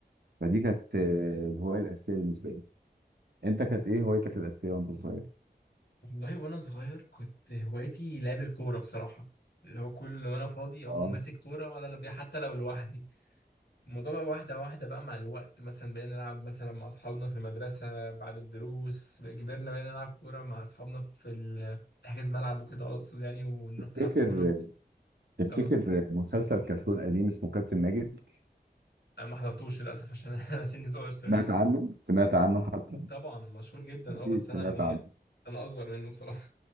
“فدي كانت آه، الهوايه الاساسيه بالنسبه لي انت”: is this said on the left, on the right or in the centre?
Right